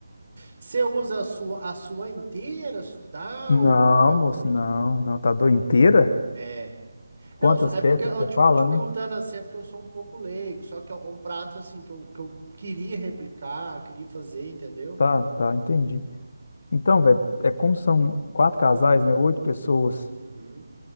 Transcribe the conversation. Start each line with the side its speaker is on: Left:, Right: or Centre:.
Right: Você usa a sua, a sua inteira? Dá
Left: Não,
Right: ou, ou é muito?
Left: moço, não, não, tá doido inteira?
Right: É.
Left: Quantas
Right: Não, só- é
Left: peças
Right: porque eu
Left: que você
Right: te,
Left: fala,
Right: te perguntando
Left: né?
Right: assim, é porque eu sou um pouco leigo. Só que é um prato assim que eu, que eu queria replicar, eu queria fazer, entendeu?
Left: Tá, tá, entendi. Então, velho, é como são quatro casais, né? Oito pessoas.
Right: Uhum.